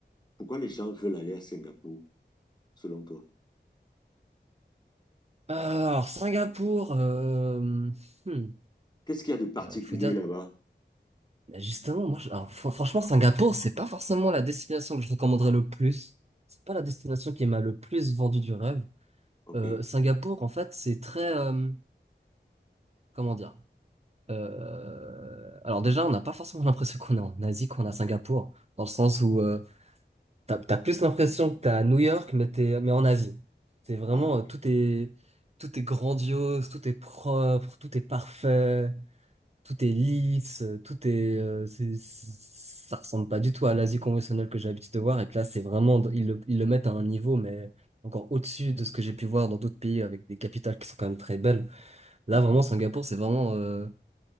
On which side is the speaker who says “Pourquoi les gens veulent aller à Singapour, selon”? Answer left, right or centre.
Left